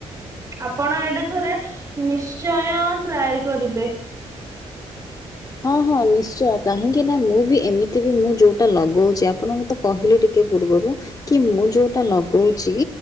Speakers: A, on the right; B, on the left.
A: ଆପଣ ଏଇଟା ଥରେ ନିଶ୍ଚୟ ଟ୍ରାଏ କରିବେ।
B: ହଁ-ହଁ ନିଶ୍ଚୟ କାହିଁକି ନା ମୁଁ ବି ଏମିତି ବି ମୁଁ ଯୋଉଟା ଲଗଉଚି ଆପଣଙ୍କୁ କହିଲେ ଟିକେ ପୂର୍ବରୁ କି ମୁଁ ଯୋଉଟା ଲଗଉଛି।